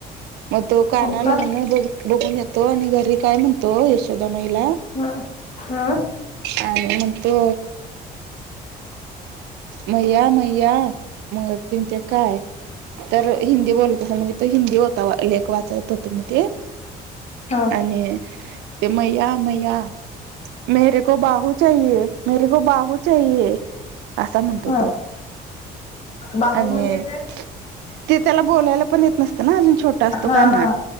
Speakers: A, on the right; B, on the left.
A: म तो कान्हा
B: हो का
A: लग्न ब बघून येतो आणि घरी काय म्हणतो यशोदा माईला
B: हा हा.
A: आणि म्हणतो मैया मैया मग किन ते काय? तर हिंदी बोलत होता व म्हणजे तो हिंदू होता लेख वाचत होते ते मी
B: हा
A: आणि ते मैया मैया मेरे को बाहू चाहिए मेरे को बाहू चाहिए असा म्हणतो
B: हा
A: तो.
B: बाहू
A: आणि
B: म्हणजे काय?
A: ते त्याला बोलायला पण येत नसतं ना अजून छोटा असतो
B: हा
A: कान्हा
B: हा